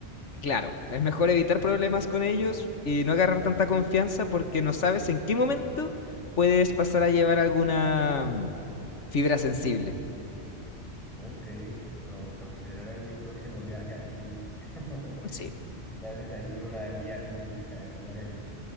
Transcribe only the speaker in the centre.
Ok, lo consideraré en mi próximo viaje a Chile. <laughs>
Me haces ahí una guía turística de lugares